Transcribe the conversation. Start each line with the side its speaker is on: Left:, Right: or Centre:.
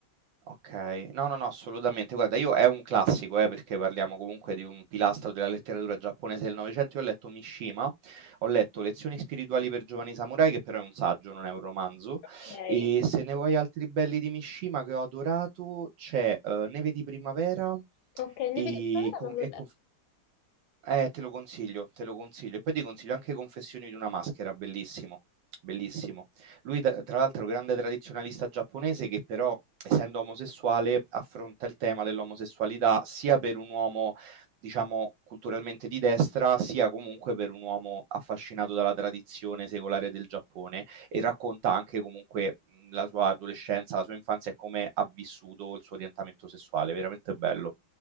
Right: Ok, no, no, no, assolutamente. Guarda, io è un classico, eh, perché parliamo comunque di un pilastro della letteratura giapponese del Novecento. Io ho letto Mishima, ho letto Lezioni spirituali per giovani samurai, che però è un saggio, non è un romanzo.
Left: Ok.
Right: E se ne vuoi altri belli di Mishima che ho adorato, c'è eh, Neve di primavera
Left: Ok, Neve
Right: e,
Left: di Primavera
Right: con-
Left: non
Right: e
Left: l'ho letto.
Right: Conf- eh, te lo consiglio, te lo consiglio. E poi ti consiglio anche Confessioni di una maschera, bellissimo, bellissimo. Lui, da- tra l'altro, grande tradizionalista giapponese che però, essendo omosessuale, affronta il tema dell'omosessualità sia per un uomo, diciamo, culturalmente di destra, sia comunque per un uomo affascinato dalla tradizione secolare del Giappone e racconta anche comunque mh, la sua adolescenza, la sua infanzia e come ha vissuto il suo orientamento sessuale. Veramente bello.